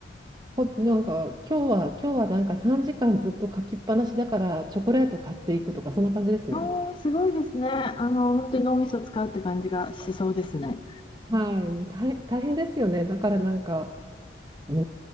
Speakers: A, on the right; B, on the left.
A: ほ、なんか今日は今日はなんか3時間ずっと書きっぱなしだからチョコレート買っていくとかそんな感じですね。
B: あーすごいですね。あの、本当に脳みそを使うって感じがしそうですね。
A: はい、もう大、大変ですよね。だからなんか、うー